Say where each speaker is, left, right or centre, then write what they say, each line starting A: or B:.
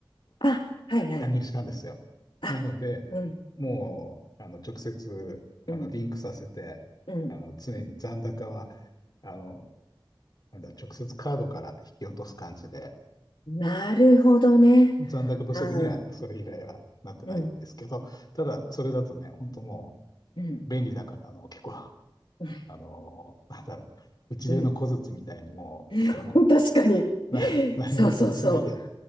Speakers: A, on the left; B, on the left.
A: あ、はいはい。
B: 加入したんですよ。
A: あ、
B: なので、
A: うん。
B: もうあの直接あのリンクさせて、
A: うん。うん。
B: あの常に残高はあのなんだ、直接カードから引き落とす感じで、
A: なるほどね。
B: 残高不足にはそれ以来はなってないですけど、
A: あー、うん。
B: ただそれだとね、本当も
A: うん。
B: う便利だからあの結構あ
A: うん。
B: の、なんだろう、打ちでの小槌みたいにもう、
A: うん <laughs>
B: <laughs> あの、
A: 確かに。
B: な、何も気にしないで
A: そうそうそ